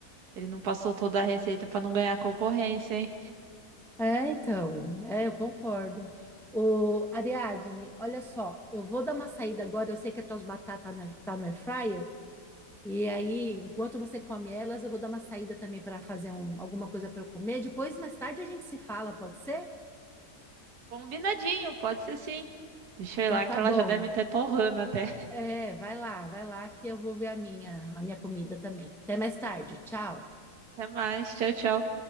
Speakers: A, on the right (about 80°); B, in the centre.
A: ele não passou toda a receita pra não ganhar concorrência, hein?
B: É, então, é, eu concordo. O Ariadne, olha só, eu vou dar uma saída agora. Eu sei que as tuas batatas não tá no air fryer, e aí, enquanto você come elas, eu vou dar uma saída também para fazer um- alguma coisa para eu comer. Depois, mais tarde, a gente se fala, pode ser?
A: Combinadinho, pode ser sim. Deixa
B: Então,
A: eu ir lá
B: tá
A: que
B: bom.
A: elas já devem estar torrando até.
B: É, vai lá, vai lá que eu vou ver a minha, a minha comida também. Até mais tarde. Tchau.
A: Até mais, tchau, tchau.